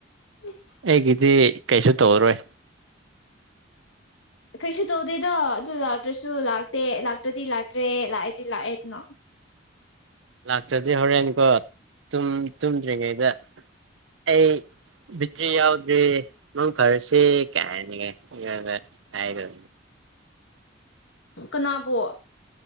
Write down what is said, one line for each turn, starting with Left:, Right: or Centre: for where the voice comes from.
Left: ꯏꯁ
Right: ꯑꯩꯒꯤꯗꯤ ꯀꯩꯁꯨ ꯇꯧꯔꯣꯏ
Left: ꯀꯩꯁꯨ ꯇꯧꯗꯦꯗꯣ ꯑꯗꯨ ꯂꯥꯛꯇ꯭ꯔꯁꯨ ꯂꯥꯛꯇꯦ ꯂꯥꯛꯇ꯭ꯔꯗꯤ ꯂꯥꯛꯇ꯭ꯔꯦ ꯂꯥꯛꯑꯦꯗꯤ ꯂꯥꯛꯑꯦꯗꯅꯣ
Right: ꯂꯥꯛꯇ꯭ꯔꯗꯤ ꯍꯣꯔꯦꯟꯀꯣ ꯇꯨꯝ ꯇꯨꯝꯗ꯭ꯔꯤꯉꯩꯗ ꯑꯩ ꯕꯤꯇ꯭ꯔꯤ ꯌꯥꯎꯗ꯭ꯔꯦ ꯃꯪ ꯐꯔꯁꯦ ꯀꯥꯏꯅꯒ ꯑꯩꯉꫭꯟꯗ ꯍꯥꯏꯒ
Left: ꯀꯅꯥꯕꯨ